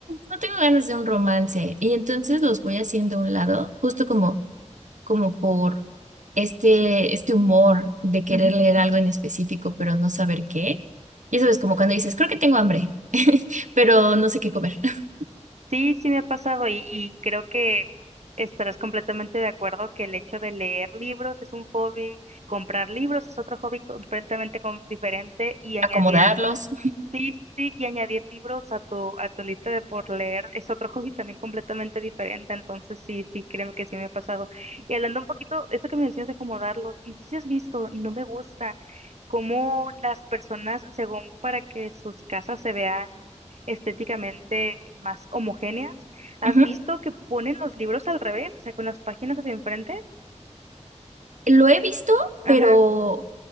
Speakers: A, on the right (about 85°); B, on the right (about 65°).
A: no tengo ganas de un romance, y entonces los voy haciendo a un lado, justo como, como por este, este humor de querer
B: Ujú.
A: leer algo en específico, pero no saber qué. Ya sabes, como cuando dices, creo que tengo hambre, pero no sé qué comer. <laughs>
B: Sí, sí me ha pasado y, y creo que estarás completamente de acuerdo que el hecho de leer libros es un hobby, comprar libros es otro hobby completamente com- diferente y añadir
A: Acomodarlos.
B: Sí, sí, sí, y añadir libros a tu, a tu lista de por leer es otro <laughs> hobby también completamente diferente, entonces sí, sí, créeme que sí me ha pasado. Y hablando un poquito, eso que mencionas de acomodarlos, no sé si has visto, no me gusta cómo las personas, según para que sus casas se vean estéticamente más homogéneas, ¿has
A: Ujú.
B: visto que ponen los libros al revés, o sea, con las páginas hacia enfrente?
A: Lo he visto,
B: Ajá,
A: pero